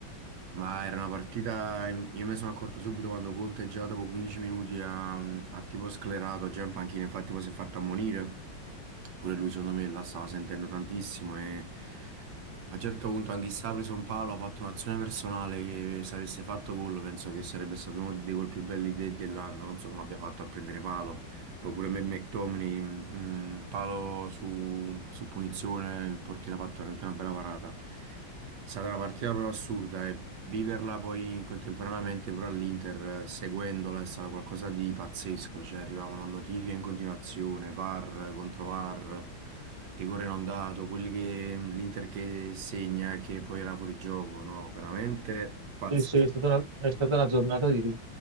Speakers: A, on the right; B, on the right.
A: ma era una partita, io me ne sono accorto subito quando Conte già dopo 15 minuti ha, ha tipo sclerato, già in panchina, infatti poi si è fatto ammonire, pure lui secondo me la stava sentendo tantissimo e a un certo punto anche Issa ha preso un palo, ha fatto un'azione personale che se avesse fatto gol penso che sarebbe stato uno dei gol più belli de- dell'anno, non so come abbia fatto a prendere palo. Poi pure Mc- McTominay, mm, mm, palo su, su punizione, il portiere ha fatto veramente una bella parata. È stata una partita proprio assurda e viverla poi contemporaneamente pure all'Inter, eh, seguendola, è stato qualcosa di pazzesco. Cioè arrivavano notifiche in continuazione, VAR contro VAR, rigore non dato, quelli che l'Inter che segna e che poi era fuori gioco, no? Veramente pazzesco.
B: Sì, sì, è stata una, è stata una giornata di-